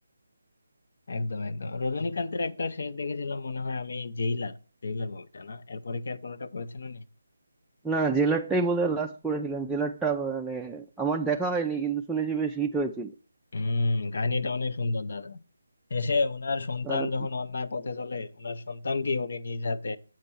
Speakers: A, on the left; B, in the centre.
A: একদম একদম রজনীকান্তের একটা শেষ দেখেছিলাম মনে হয় আমি জেইলার জেইলার মুভিটা না এরপরে কি আর কোনোটা করেছেন উনি?
B: না জেলারটাই বোধহয় লাস্ট করেছিলাম জেলারটা মানে আমার দেখা হয়নি কিন্তু শুনেছি বেশ হিট হয়েছিল
A: হুম কাহিনীটা অনেক সুন্দর দাদা শেষে ওনার সন্তান
B: তাহলে
A: যখন অন্যায় পথে চলে ওনার সন্তানকে উনি নিজ হাতে